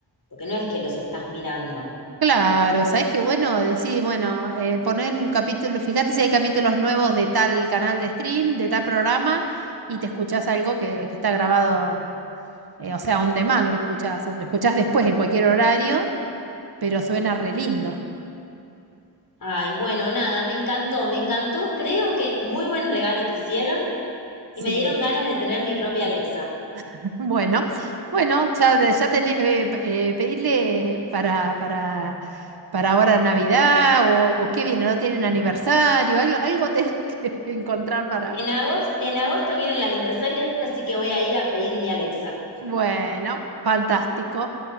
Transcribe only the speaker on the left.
porque no es que los estás mirando.
Ay, bueno, nada, me encantó, me encantó. Creo que muy buen regalo te hicieron
y me dieron ganas de tener mi propia Alexa.
En agosto, en agosto viene el aniversario, así que voy a ir a pedir mi Alexa.